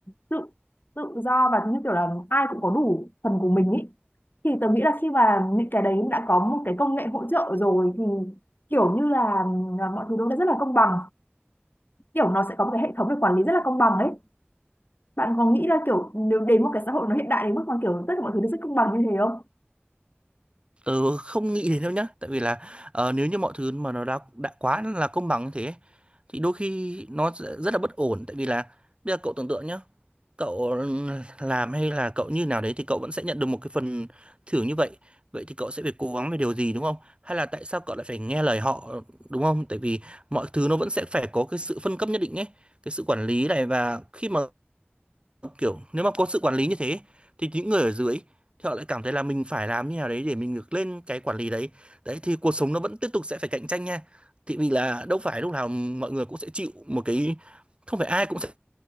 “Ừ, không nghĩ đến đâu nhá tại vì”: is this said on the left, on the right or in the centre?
Right